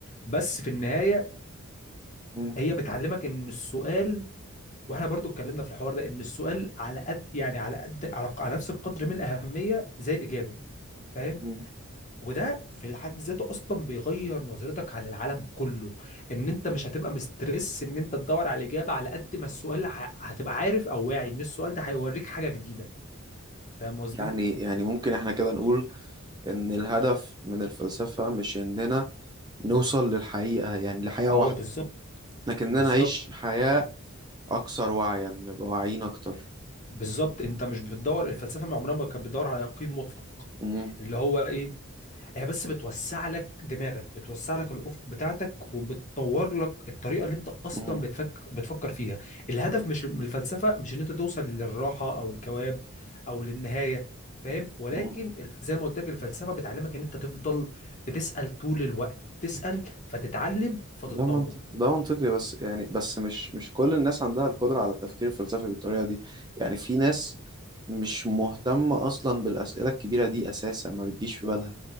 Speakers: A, on the left; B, on the right.
A: بس في النهايه
B: مم.
A: هي بتعلمك ان السؤال واحنا برضو اتكلمنا في الحوار ده ان السؤال على قد يعني على قد على, على نفس القدر من الاهميه زي الاجابه فاهم
B: مم.
A: وده في حد ذاته اصلا بيغير نظرتك عن العالم كله ان انت مش هتبقى مسترس ان انت تدور على الاجابه على قد ما السؤال ه- هتبقى عارف او واعي ان السؤال ده هيوريك حاجه جديده فاهم قصدي
B: يعني يعني ممكن احنا كده نقول إن الهدف من الفلسفة مش إننا نوصل للحقيقة يعني لحقيقة
A: اه
B: واحدة
A: بالظبط
B: لكننا
A: بالظبط
B: نعيش حياة أكثر وعيا نبقى واعيين أكتر
A: بالظبط انت مش بتدور الفلسفه من عمرها ما كانت بتدور على يقين مطلق
B: مم.
A: اللي هو ايه هي بس بتوسع لك دماغك بتوسع لك الافق بتاعتك وبتطور لك الطريقه اللي انت اصلا
B: مم.
A: بتفك... بتفكر فيها الهدف
B: مم.
A: مش من الفلسفه مش ان انت توصل للراحه او الجواب او للنهايه فاهم ولكن
B: مم.
A: الف- زي ما قلت لك الفلسفه بتعلمك ان انت تفضل بتسال طول الوقت تسال فتتعلم فتتطور
B: ده منطقي ده منطقي بس يعني بس مش مش كل الناس عندها القدرة على التفكير الفلسفي بالطريقة دي يعني في ناس مش مهتمة أصلا بالأسئلة الكبيرة دي أساسا ما بتجيش في بالها